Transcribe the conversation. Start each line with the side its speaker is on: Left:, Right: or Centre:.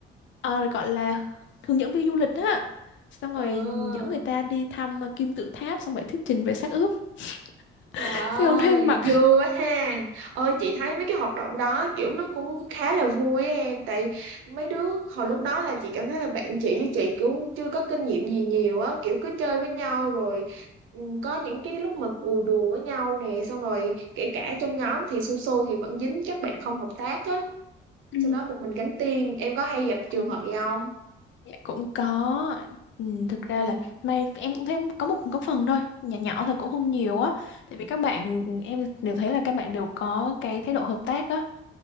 Left: ờ, gọi là hướng dẫn viên du lịch á xong rồi
Right: Ừ,
Left: dẫn người ta đi thăm ờ, kim tự tháp xong rồi thuyết trình về xác ướp
Right: trời
Left: <laughs>
Right: ơi,
Left: thế hôm nay em mặc
Right: vui quá ha. Ơi, chị thấy mấy cái hoạt động đó kiểu nó cũng khá là vui á em. Tại mấy đứa hồi lúc đó là chị cảm thấy là bạn chị với chị cũng chưa có kinh nghiệm gì nhiều á. Kiểu cứ chơi với nhau rồi ừ, có những cái lúc mà cười đùa với nhau nè. Xong rồi kể cả trong nhóm thì su su thì vẫn dính các bạn không hợp tác á.
Left: Ừ.
Right: sau đó một mình gánh tiền em có hay gặp trường
Left: Ừ,
Right: hợp gì không
Left: Dạ, cũng có ừ,
Right: ừ.
Left: thực ra là may em cũng thấy có một có phần thôi nhỏ nhỏ thôi cũng
Right: Ừ.
Left: không nhiều á tại vì các bạn em đều thấy là các bạn đều có cái thái độ hợp tác á